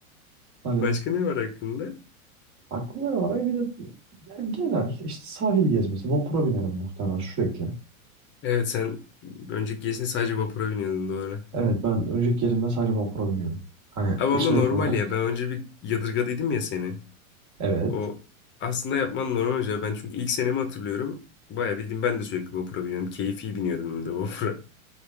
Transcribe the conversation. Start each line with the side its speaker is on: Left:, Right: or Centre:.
Left: <laughs>
Right: Hani
Left: Başka ne var hakkında?
Right: aklımda ne var. Bir de yani genel işte sahil gezmesi. Vapura binerim muhtemelen sürekli.
Left: Evet sen önceki gezinde sadece vapura biniyordun doğru.
Right: Evet ben önceki gezimde sadece vapura biniyordum. Hani
Left: Ama ama
Right: sürekli
Left: normal
Right: olarak
Left: ya ben önce bir yadırgadıydım ya seni.
Right: evet.
Left: O aslında yapman normal hoca. Ben çünkü ilk senemi hatırlıyorum. Bayağı bildiğim ben de sürekli vapura biniyorum. Keyfi biniyordum ben de vapura.